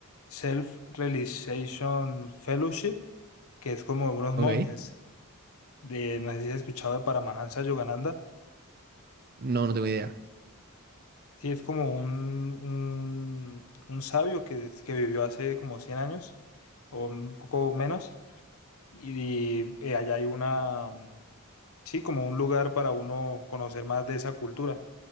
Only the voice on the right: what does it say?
ok.
No, no tengo idea.